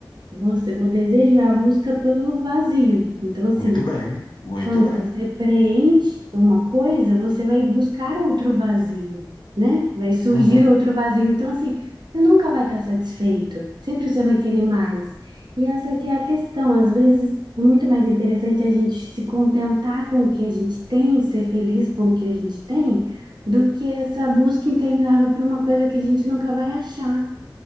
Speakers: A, on the right; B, on the left.
A: você, o desejo é a busca pelo vazio. Então, assim,
B: Muito bem, muito
A: quando
B: bem.
A: você preenche uma coisa, você vai buscar outro vazio, né? Vai surgir
B: Uhum.
A: outro vazio. Então, assim, você nunca vai estar satisfeito. Sempre você vai querer mais. E essa que é a questão. Às vezes é muito mais interessante a gente se contentar com o que a gente tem, ser feliz com o que a gente tem, do que essa busca interminável por uma coisa que a gente nunca vai achar,